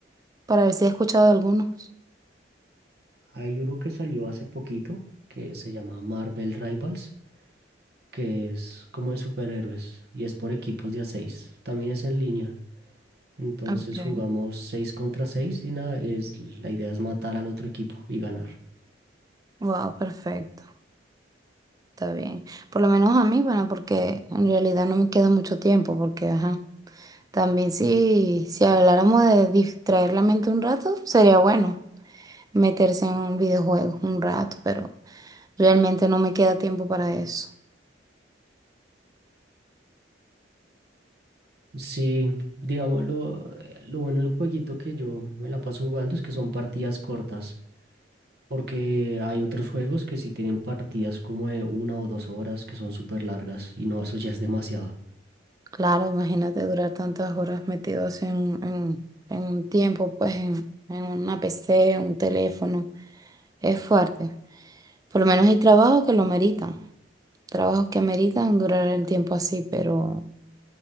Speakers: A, on the right; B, on the right.
A: Para ver si he escuchado de algunos.
B: Hay uno que salió hace poquito que se llama Marvel Rivals, que es como de superhéroes y es por equipos de a 6. También es en línea. Entonces
A: Okay.
B: jugamos 6 contra 6 y nada, es, la idea es matar al otro equipo y ganar.
A: Wow, perfecto. Está bien. Por lo menos a mí, bueno, porque en realidad no me queda mucho tiempo, porque, ajá. También si, si habláramos de distraer la mente un rato, sería bueno. meterse en un videojuego un rato, pero realmente no me queda tiempo para eso.
B: Sí, digamos, lo, lo bueno del jueguito que yo me la paso jugando es que son partidas cortas, porque hay otros juegos que sí tienen partidas como de una o dos horas que son súper largas y no, eso ya es demasiado.
A: Claro, imagínate durar tantas horas metidos en, en, en un tiempo, pues en, en una PC, en un teléfono. Es fuerte. Por lo menos hay trabajos que lo meritan. Trabajos que meritan durar el tiempo así, pero